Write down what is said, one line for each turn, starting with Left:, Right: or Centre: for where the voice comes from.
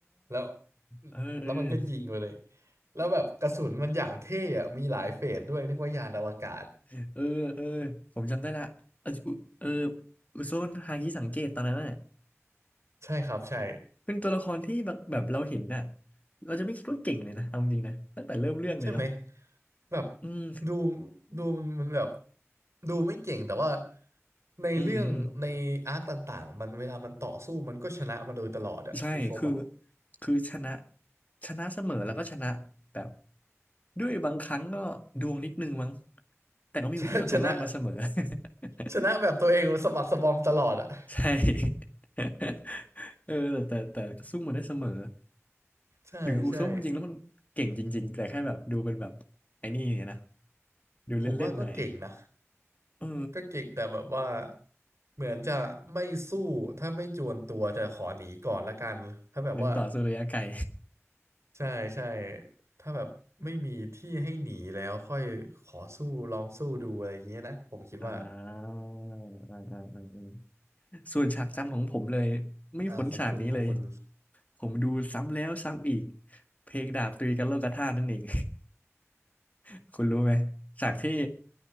Right: แล้ว
Left: เออ
Right: แล้วมันก็ยิงไปเลยแล้วแบบกระสุนมันอย่างเท่อะมีหลายเฟสด้วยนึกว่ายานอวกาศ
Left: เออเออเออผมจำได้ละเอะอุเอออุโซนฮางิสังเกตตอนนั้นน่ะ
Right: ใช่ครับใช่
Left: เป็นตัวละครที่แบบแบบเราเห็นน่ะเราจะไม่คิดว่าเก่งเลยนะเอาจริงๆนะ ตั้งแต่เริ่มเรื่องเลยเนาะ
Right: ใช่ไหมแบบ
Left: อืม
Right: ดูดูมันแบบดูไม่เก่งแต่ว่าในเรื่องในอาร์คต่างๆมันเวลามันต่อสู้มันก็ชนะมาโดยตลอดอะอุซบอะ
Left: อืมอืม ใช่คือคือชนะชนะเสมอแล้วก็ชนะแบบ ด้วยบางครั้งก็ดวงนิดนึงมั้งแต่ก็มีวิธีเอาตัวรอดมาเสมอ
Right: <laughs> ชนะชนะ
Left: <laughs>
Right: ชนะแบบตัวเองสะบักสะบอมตลอดอะ
Left: ใช่ <laughs> เออแต่แต่แต่ก็สู้มาได้เสมอ
Right: ใช่ใช่
Left: หรืออุซบจริงๆแล้วมันเก่งจริงๆ แต่แค่แบบดูเป็นแบบไอ้นี่เนี่ยนะ ดูเล่นๆหน่อย
Right: ผมว่าก็เก่งนะ
Left: เออ
Right: ก็เก่งแต่แบบว่าเหมือนจะไม่สู้ถ้าไม่จวนตัวจะขอหนีก่อนละกันถ้าแบบว่า
Left: เน้นต่อสู้ระยะไกล <laughs>
Right: ใช่ใช่ถ้าแบบไม่มีที่ให้หนีแล้วค่อยขอสู้ลองสู้ดูอะไรอย่างเงี้ยนะผมคิดว่า
Left: อ่าอ่าอ่าอ่าอ่าส่วนฉากจำของผมเลยไม่พ้นฉากนี้เลย
Right: อ่าของคุณของคุณ
Left: ผมดูซ้ำแล้วซ้ำอีกเพลงดาบตีกันโลกธาตุนั่นเอง <laughs> คุณรู้ไหมฉากที่